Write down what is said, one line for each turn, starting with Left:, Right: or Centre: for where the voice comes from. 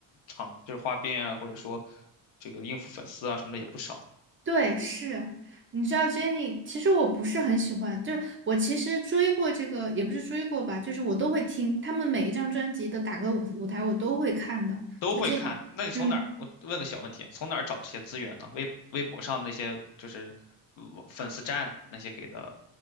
Left: 场就是花边啊，或者说这个应付粉丝啊什么的也不少。
Right: 对，是，你知道 Jenny，其实我不是很喜欢，就是我其实追过这个，也不是追过吧，就是我都会听他们每一张专辑的打歌舞舞台，我都会看的。
Left: 都会看。
Right: 就这，
Left: 那你从哪儿？
Right: 嗯，
Left: 我问个小问题，从哪儿找这些资源呢？微微博上那些就是呃粉丝站那些给的，